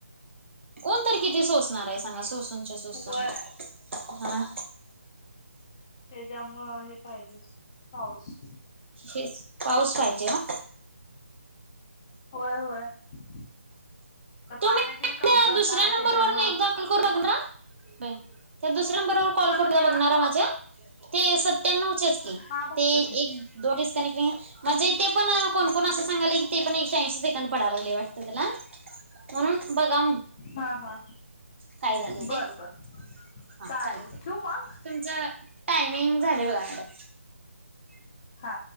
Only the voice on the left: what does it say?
होय
त्याच्यामुळं हे पाहिजेच पाऊस.
होय होय. तर पाण्याची
कमतरता
आहे
त्याच्यामुळं
कोणत्या
हा बघतो
की
हा हा
बर
बर चालेल ठेवू मग
हा.